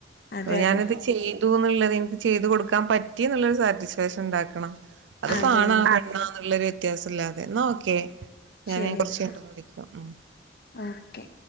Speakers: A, on the left; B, on the right.
A: അതെ
B: ഞാനത്
A: അതെ
B: ചെയ്യാൻ ന്നുള്ളത് എനിക്ക് ചെയ്ത് കൊടുക്കാൻ പറ്റി എന്നുളെളാരു സാറ്റിസ്ഫാക്ഷൻ ഉണ്ടാക്കണം. അത് ഇപ്പം
A: അതെ
B: ആണോ,
A: അതെ
B: പെണ്ണൊ എന്നുളെളാരു വ്യത്യാസം ഇല്ലാതെ, നോക്കേ ഞാൻ
A: ശരിയടാ
B: കൊറച്ചു കഴിഞ്ഞിട്ടൊന്ന് വിളിക്കാം. ഉം.
A: ഓക്കെ